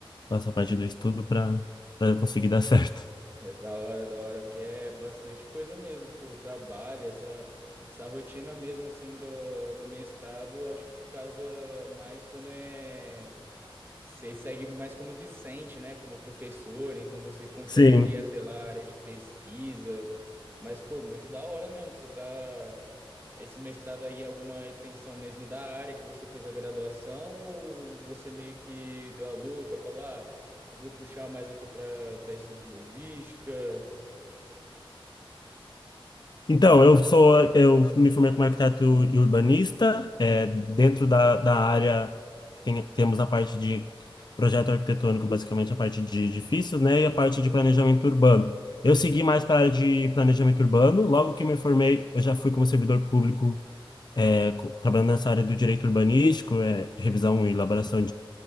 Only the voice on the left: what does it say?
essa parte do estudo, para para conseguir
dar <laughs> certo.
Sim.
Então, eu sou, eu me formei como arquiteto e urbanista. É, dentro da, da área tem- temos a parte de projeto arquitetônico, basicamente a parte de edifícios, né, e a parte de planejamento urbano. Eu segui mais para a área de planejamento urbano. Logo que me formei, eu já fui como servidor público, é, co- trabalhando nessa área do direito urbanístico, é, revisão e elaboração